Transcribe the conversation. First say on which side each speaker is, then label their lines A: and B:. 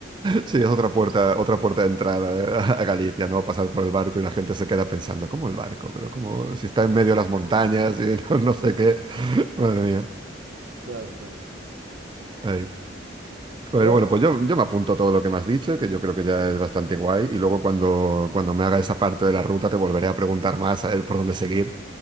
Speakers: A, on the right; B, on the right.
A: sí, es otra puerta, otra puerta de entrada eh, <laughs> a Galicia, ¿no? Pasar por el barco y la gente se queda pensando, ¿cómo el barco? Pero como si está en medio de las montañas y <laughs> no, no sé qué. <laughs> Madre mía.
B: claro, claro.
A: Ay. Joder,
B: Bueno,
A: bueno, pues yo, yo me apunto a todo lo que me has dicho, que yo creo que ya es bastante guay, y luego cuando, cuando me haga esa parte de la ruta te volveré a preguntar más a ver por dónde seguir,